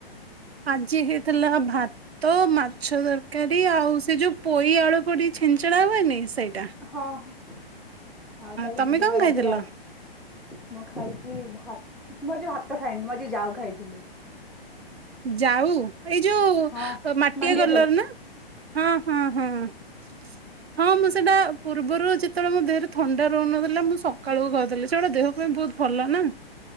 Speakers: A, on the right; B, in the centre.
A: ଆଜି ହେଇଥିଲା ଭା ତ ମାଛ ତରକାରୀ ଆଉ ସେ ଯୋଉ ପୋଇ ଆଳୁ ପଡ଼ିକି ଛେଚେଡା ହୁଏନି ସେଇ।
B: ହଁ ଆଉ ତାହେଲେ
A: ତମେ
B: ଦିଦିଙ୍କର
A: କଣ ଖାଇଥିଲ?
B: ଆଜି ରାଜ। ମୁଁ ଖାଇଚି ଭାତ ମୁଁ ଆଜି ଭାତ ଖାଇନି ମୁଁ ଆଜି ଯାଉ ଖାଇଥିଲି।
A: ଯାଉ ଏଇ ଯୋଉ
B: ହଁ
A: ଅଁ ମାଟିଆ
B: ମାଣ୍ଡିଆ
A: କଲର
B: ଯାଉ
A: ନା ହଁ ହଁ ହଁ। <unintelligible> ହଁ ମୁଁ ସେଇଟା ପୂର୍ବରୁ ଯେତେବେଳେ ମୋ ଦେହେରେ ଥଣ୍ଡା ରହୁନଥିଲା ମୁଁ ସକାଳୁ ଖାଉଥିଲି ସେଗୁଡାକ ଦେହ ପାଇଁ ବହୁତ ଭଲ ନା।